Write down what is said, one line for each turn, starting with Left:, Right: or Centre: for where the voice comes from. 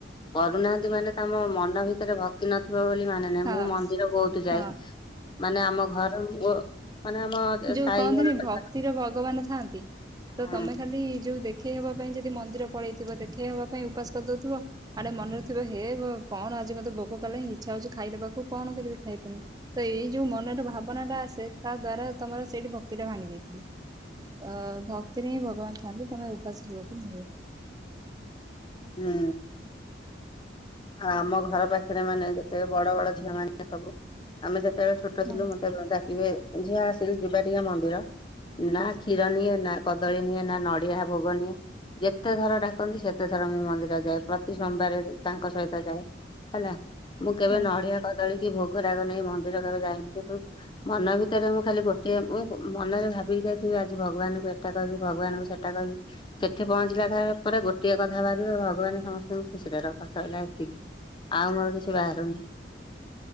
Left: କରୁନାହାନ୍ତି ମାନେ ତମ ମନ ଭିତରେ ଭକ୍ତି ନଥିବ ବୋଲି ମାନେ ନାହି
Right: ହଁ
Left: ମୁଁ ମନ୍ଦିର ବହୁତ ଯାଏ,
Right: ହଁ
Left: ମାନେ ଆମ ଘର ମୋ ମାନେ ଆମ
Right: ଯୋଉ
Left: ସାଇ
Right: କହନ୍ତିନି
Left: ଘର ପାଖରେ
Right: ଭକ୍ତିରେ ଭଗବାନ ଥାଆନ୍ତି
Left: ହୁଁ
Right: ତ ତମେ ଖାଲି ଯୋଉ ଦେଖ୍ ଦେଖେଇ ହବା ପାଇଁ ଯଦି ମନ୍ଦିର ପଳେଇଥିବ ଦେଖେଇହବା ପାଇଁ ଉପାସ କରିଦଉଥିବ ଆଡେ ମନେରେ ଥିବ ହେ ଭ କଣ ଆଜି ମତେ ଭୋକ କଲେ ହିଁ ଇଚ୍ଛା ହଉଛି ଖାଇଦେବାକୁ କଣ କରିବି ଖାଇଦେମି, ତ ଏଇ ଯୋଉ ମନରେ ଭାବନା ଟା ଆସେ ତା ଦ୍ଵାରା ତମର ସେଇଠି ଭକ୍ତି ଟା ଭାଙ୍ଗି ଦେଇଥିବ। ଅ ଭକ୍ତିରେ ହିଁ ଭଗବାନ ଥାଆନ୍ତି, ତମେ ଉପାସ ଅକୁ ମିଳିବ।
Left: ହୁଁ ଆଉ ଆମ ଘର ପାଖରେ ମାନେ ଯେତେ ବଡ ବଡ ଝିଅ ମାନେ ସବୁ ଆମେ ଯେତେବେଳେ ଛୋଟ
Right: ହଁ
Left: ଥିଲୁ ମତେ ଡାକିବେ ଝିଅ ଆସିଲୁ ଯିବା ଟିକେ ମନ୍ଦିର। ନା କ୍ଷୀର ନିଏ, ନା କଦଳୀ ନିଏ, ନା ନଡିଆ ଭୋଗ ନିଏ, ଯେତେଥର ଡାକନ୍ତି ସେତେ ଥ ର ମୁଁ ମନ୍ଦିର ଯାଏ ପ୍ରତି ସୋମବାର ତାଙ୍କ ସହିତ ଯାଏ ହେଲା। ମୁଁ କେବେ
Right: ହଁ
Left: ନଡ଼ିଆ, କଦଳୀ କି ଭୋଗ ରାଗ ନାଇଁ ମନ୍ଦିର କେବେ ଯାଇନି। କିନ୍ତୁ ମନ ଭିତରେ ମୁଁ ଖାଲି ଗୋଟିଏ ମୁଁ ମନରେ ଭାବି ଯାଇଥିବି। ଆଜି ଭଗବାନଙ୍କୁ ଏଟା କହିବି ଭଗବାନଙ୍କୁ ସେଟା କହିବି ସେଠି ପହଞ୍ଚିଲା ପରେ ଗୋଟିଏ କ କଥା ବାହାରିବ ଭଗବାନ ସମସ୍ତଙ୍କୁ ଖୁସିରେ ରଖ ସରିଲା ଏତିକି ଆଉ ମୋର କିଛି ବାହାରୁନି।